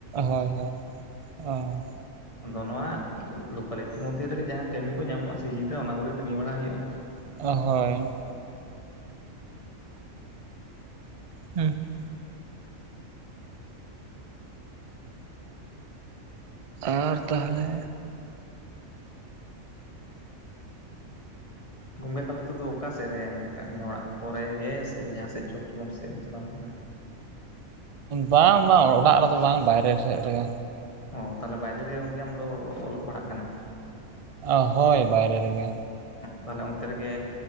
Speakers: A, on the right; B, on the left.
A: ᱦᱳᱭ ᱦᱳᱭ ᱚ
B: ᱟᱫᱚ ᱱᱚᱣᱟ ᱞᱳᱠᱟᱞᱤᱴᱤ ᱢᱚᱫᱽᱫᱷᱮ ᱨᱮᱜᱮ ᱡᱟᱦᱟᱸ ᱠᱟᱹᱢᱤ ᱠᱚ ᱧᱟᱢᱚᱜᱼᱟ ᱥᱤᱡᱤᱱ ᱨᱮ ᱚᱱᱟ ᱠᱚᱜᱮ ᱠᱟᱹᱢᱤ ᱵᱟᱲᱟ ᱦᱩᱭᱩᱜᱼᱟ
A: ᱦᱳᱭ <unintelligible> ᱟᱨ ᱛᱟᱦᱚᱞᱮ?
B: ᱜᱚᱢᱠᱮ ᱛᱟᱦᱚᱞᱮ ᱱᱤᱛ ᱫᱚ ᱚᱠᱟ ᱥᱮᱫ ᱨᱮ ᱢᱮᱱᱟᱜ ᱟᱠᱟᱫ ᱢᱮᱭᱟ᱾ ᱚᱲᱟᱜ ᱠᱚᱨᱮ ᱜᱮ ᱥᱮ ᱡᱟᱦᱟᱸ ᱥᱮᱫ ᱪᱚᱠ <unintelligible> ᱥᱮᱫ ᱮᱢ ᱪᱟᱞᱟᱣ ᱠᱟᱱᱟ ᱾
A: ᱵᱟᱝ ᱵᱟᱝ ᱚᱲᱟᱜ ᱨᱮᱫᱚ ᱵᱟᱝ ᱵᱟᱭᱨᱮ ᱥᱮᱫ ᱨᱮᱜᱮ᱾
B: ᱚ ᱛᱟᱦᱞᱮ ᱵᱟᱭᱨᱮ ᱨᱮᱜᱮ ᱜᱚᱢᱠᱮ ᱟᱢ ᱫᱚ ᱚᱞᱚᱜ ᱯᱟᱲᱦᱟᱜ ᱠᱟᱱᱟᱢ
A: ᱚ ᱦᱳᱭ ᱵᱟᱭᱨᱮ ᱨᱮᱜᱮ
B: ᱛᱟᱦᱞᱮ ᱚᱱᱛᱮ ᱨᱮᱜᱮ